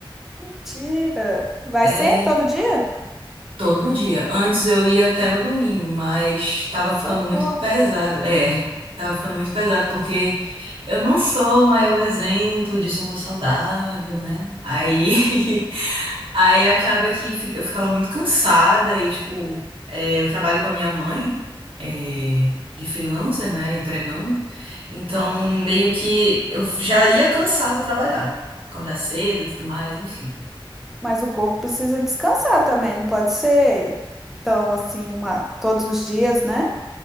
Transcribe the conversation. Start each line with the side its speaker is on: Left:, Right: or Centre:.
Centre: Mentira! Vai
Right: É,
Centre: sempre, todo dia?
Right: todo dia. Antes eu ia até no domingo, mas tava ficando
Centre: Socorro!
Right: muito pesado. É, tava ficando muito pesado porque eu não sou o maior exemplo de sono saudável, né? Aí <laughs> Aí acaba que fi- eu ficava muito cansada e, tipo, é, eu trabalho com a minha mãe, é, de freelancer, né, entregando. Então, meio que eu já ia cansada trabalhar, acordar cedo e tudo mais, enfim.
Centre: Mas o corpo precisa descansar também, não pode ser tão assim, uma, todos os dias, né?